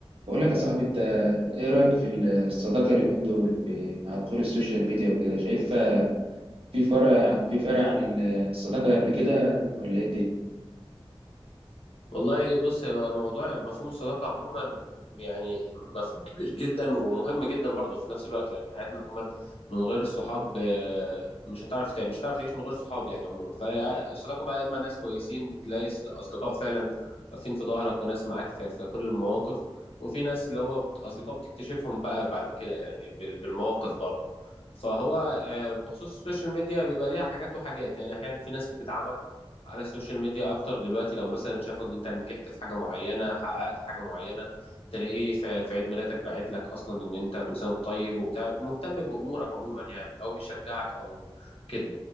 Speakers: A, on the right (about 75°); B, on the left (about 80°).
A: بقول لك يا صاحبي انت ايه رأيك في الصداقة اليومين دول في مع دخول السوشيال ميديا وكده شايف في فرق في فرق عن الصداقة قبل كده ولا ايه الدنيا
B: والله بص هو موضوع مفهوم الصداقة عموما يعني مفهوم كبير جدا ومهم جدا برضه في نفس الوقت يعني حياتنا عموما من غير الصحاب آه، مش هتعرف تع- مش هتعرف تعيش من غير صحاب يعني عموما فالصداقة بقى يا إما ناس كويسين تلاقي ص- أصدقاء فعلا واقفين في ظهرك وناس معاك في, في كل المواقف وفي ناس اللي هو بت- أصدقاء بتكتشفهم بقى بعد كده يعني بال- بالمواقف برضه فهو آه، بخصوص السوشيال ميديا بيبقى ليها حاجات وحاجات يعني أحيانا في ناس بتدعمك على السوشيال ميديا اكتر دلوقتي لو مثلا شافوا ان انت نجحت في حاجه معينه حققت حاجه معينه تلاقيه في في عيد ميلادك باعت لك اصلا ان انت كل سنه وأنت طيب وبتاع مهتم بامورك عموما يعني او بيشجعك او كده